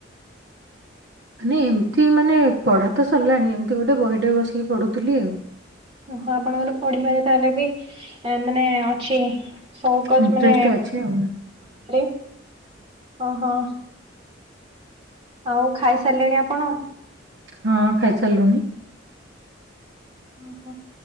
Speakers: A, on the right; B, on the right.
A: ମାନେ, ଏମିତି। ମାନେ ପଢା ତ ସରିଲାଣି। ଏମିତି ଗୋଟେ ବହିଟେ ବସିକି ପଢୁଥିଲି।
B: ଓ ହୋ ଆପଣଙ୍କର ପଢିବାରେ ତାହେଲେ ବି ମାନେ ଅଛି। ସଉକସ
A: ଇଣ୍ଟରେଷ୍ଟ
B: ମାନେ
A: ଅଛି ଆଉ
B: <unintelligible> ହଁ, ହଁ। ଆଉ, ଖାଇସାରିଲେଣି ଆପଣ?
A: ହଁ, ଖାଇସାରିଲୁନି।
B: ଓହୋ,